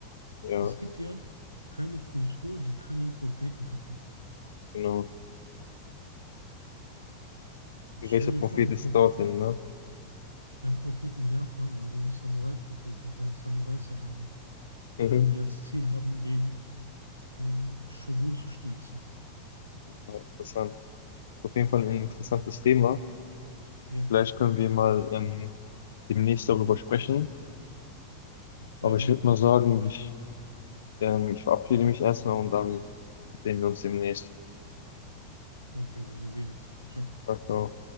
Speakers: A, on the left (about 60°); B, on the right (about 90°).
A: Ja,
B: Es gibt ja keine Kultur, die keinen Propheten hatte.
A: genau.
B: Jetzt
A: Und
B: stell
A: welcher
B: dir
A: Prophet
B: vor, ein
A: ist
B: Prophet,
A: dorthin, ne?
B: ein Prophet in Japan war so ein Samurai-Prophet mit seinen Samurai-Sahabi,
A: Mhm.
B: die als Ziel haben, den äh, Shogun zu stürzen.
A: Ja, interessant. Auf jeden Fall ein interessantes Thema.
B: Ja,
A: Vielleicht können wir mal ähm, demnächst darüber sprechen.
B: sehr
A: Aber
B: gerne.
A: ich würde mal sagen, ich, ähm, ich verabschiede mich erstmal und dann sehen wir uns demnächst.
B: Okay, Bro, wir sehen uns. Ciao.
A: Ciao, ciao.